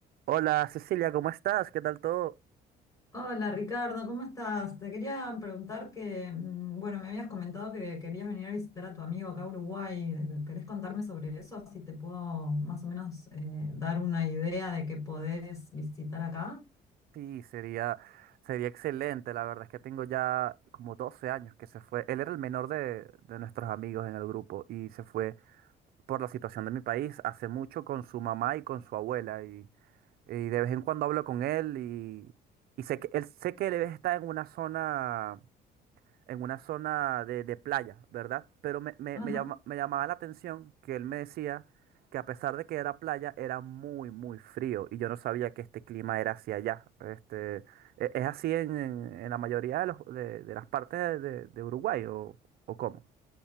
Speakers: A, on the right; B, on the left.
A: Hola Cecilia, ¿cómo estás? ¿Qué tal todo?
B: Hola Ricardo, ¿cómo estás? Te quería preguntar que, mm, bueno, me habías comentado que querías venir a visitar a tu amigo acá a Uruguay. Eh, ¿Querés contarme sobre eso? Así te puedo más o menos eh, dar una idea de qué podés visitar acá.
A: Sí, sería, sería excelente. La verdad es que tengo ya como 12 años que se fue. Él era el menor de, de nuestros amigos en el grupo y se fue por la situación de mi país hace mucho con su mamá y con su abuela. Y, y de vez en cuando hablo con él y, y sé que él, sé que él está en una zona en una zona de, de playa, ¿verdad? Pero me, me-
B: Ajá.
A: me llama- me llamaba la atención que él me decía que a pesar de que era playa, era muy, muy frío y yo no sabía que este clima era hacia allá. Este, ¿e- ¿es así en, en- en la mayoría de, los, de, de las partes de, de- de Uruguay o, o cómo?